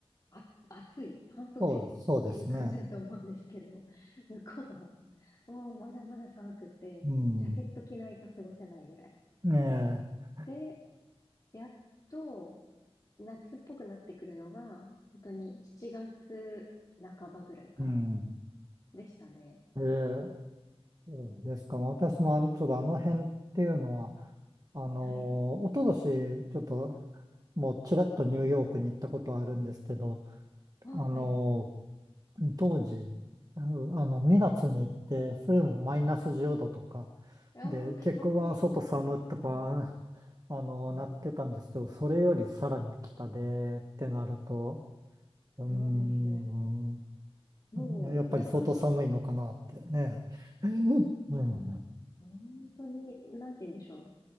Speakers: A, on the left; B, on the right.
A: あ、暑い、半袖っていう感じだと思うんですけど、
B: そうです、そうですね。
A: <laughs> 向こうは、もうまだまだ寒くて、
B: うん、
A: ジャケット着ないと過ごせないぐらい。
B: ええ、
A: で、やっと夏っぽくなってくるのが、本当に7月半ばぐらいから
B: うん、
A: でしたね。
B: ええ、そうですか。私もあの、ちょっとあの辺っていうのは、あの、
A: はい。
B: おととし、ちょっと、もうちらっとニューヨークに行ったことはあるんですけど、
A: あ、
B: あの、
A: はい。
B: 当時、あの、2月に行って、それでもマイナス10度とか、
A: ああ、
B: で、結構は外寒とか、
A: 寒い。はい。
B: あの、
A: うん。
B: なってたんですけど、それよりさらに北でってなると、うーん、
A: そうです。もう、
B: ねやっぱり相当寒いのかなってね。
A: だから、
B: <laughs> うん、
A: うん本当に、なんて言うんでしょ